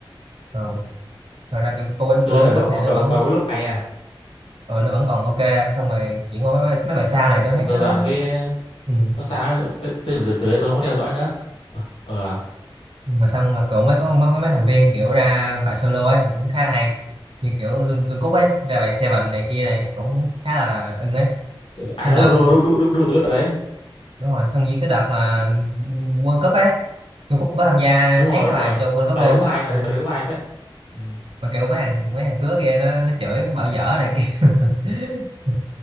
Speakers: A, on the right; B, on the left.
A: Ờ. thật ra kiểu vô ích
B: tôi
A: vô
B: thấy bài
A: ích lớp
B: bài bài,
A: thì nó
B: bao
A: vẫn
B: bài quên lúc hay nha
A: ừ, nó vẫn còn ok xong rồi chuyển qua mấy bài, mấy bài sau này tôi
B: dần
A: thấy nó
B: dần cái
A: ừ.
B: nó sao ấy tôi, tôi, từ, từ, từ đấy tôi không có theo dõi nữa ờ
A: mà xong mà cậu mới có mấy, mấy, mấy thành viên kiểu ra bài solo ấy thì cũng khá là hay như kiểu Jung Jungkook ấy ra bài Seven này kia này cũng khá là ưng ấy
B: à,
A: xong
B: à, đúng
A: đợt
B: đúng đúng đúng, đúng, đúng, rồi, tôi biết bài đấy
A: đúng rồi xong với cái đợt mà World Cup ấy Jungkook cũng có tham gia
B: đúng rồi
A: hát cái
B: đúng
A: bài
B: rồi
A: cho World Cup
B: bài
A: luôn
B: đấy cũng hay bài
A: ừ.
B: đấy, bài đấy cũng hay phết ừ.
A: mà kiểu mấy thằng mấy thằng khứa kia nó nó chửi bảo dở này kia <laughs>